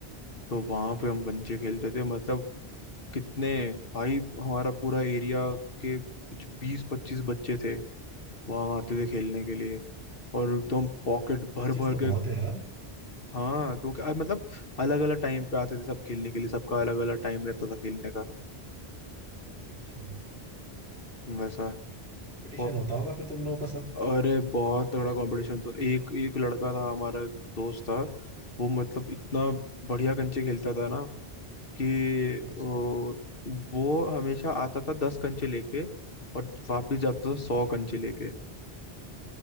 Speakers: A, on the left; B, on the right.
A: तो वहां पे हम कंचे खेलते थे मतलब कितने भाई हमारा पूरा एरिया के कुछ बीस पच्चीस बच्चे थे वहां आते थे खेलने के लिए और एकदम पॉकेट भर
B: पच्चीस
A: भर
B: तो बहुत
A: के
B: है यार
A: हाँ तो क्या मतलब अलग अलग टाइम पे आते थे सब खेलने के लिए सबका अलग अलग टाइम रहता था खेलने का
B: अच्छा
A: वैसा
B: कंपटीशन
A: और
B: होता होगा फिर तुम लोगों का सब
A: अरे बहुत तगड़ा कंपटीशन तो एक एक लड़का था हमारा दोस्त था वो मतलब इतना बढ़िया कंचे खेलता था ना कि
B: अच्छा
A: ओ, वो हमेशा आता था दस कंचे लेके और वापस जाता था सौ कंचे लेके